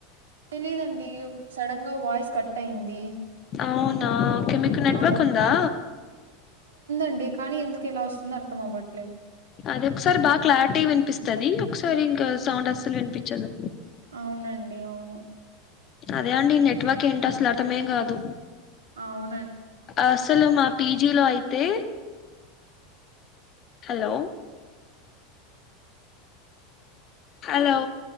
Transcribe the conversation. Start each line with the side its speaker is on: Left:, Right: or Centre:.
Right: తెలీదండి సడన్గా వాయిస్ కట్ అయింది.
Left: అవునా ఓకే మీక్ నెట్వర్క్
Right: అవు
Left: ఉందా?
Right: ఉంది కానీ ఎందుకిలా వస్తుందో అర్థం అవ్వట్
Left: అది ఒక్సారి బాగా క్లారిటీ విన్పిస్తది ఒకసారి ఇంకా సౌండ్ అస్సల్ వినిపిచ్చదు.
Right: అవునండి అవును
Left: అదే అండి నెట్వర్క్ ఏంటసలు అర్థమే గాదు.
Right: అవునం
Left: అసలు మా పీజీలో అయితే హలో! హలో!